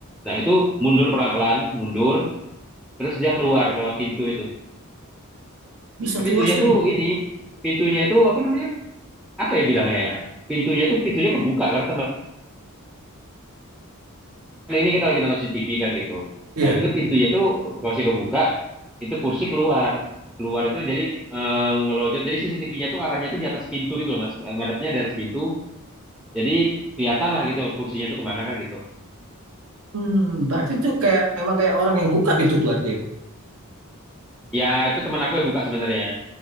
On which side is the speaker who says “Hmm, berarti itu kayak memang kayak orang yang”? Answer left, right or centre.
Right